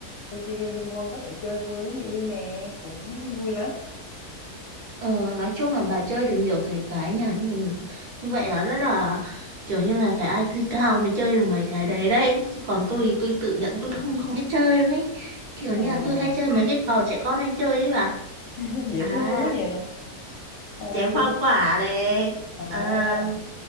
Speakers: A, on the left (about 70°); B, on the right (about 45°).
A: tôi chơi game Liên Quân có thể chơi với người yêu nè cũng vui lắm
B: Ờ, nói chung là bà chơi được nhiều thể cái nha nhìn như vậy là rất là kiểu như là phải IQ cao mới chơi được mấy cái đấy đấy chứ còn tôi tôi tự nhận tôi không không biết chơi luôn ấy kiểu như
A: à
B: là tôi hay chơi mấy cái trò trẻ con hay chơi ấy bà
A: <laughs> dễ
B: à
A: thương quá nhỉ ờ,
B: chém
A: bên
B: hoa quả này
A: à
B: à,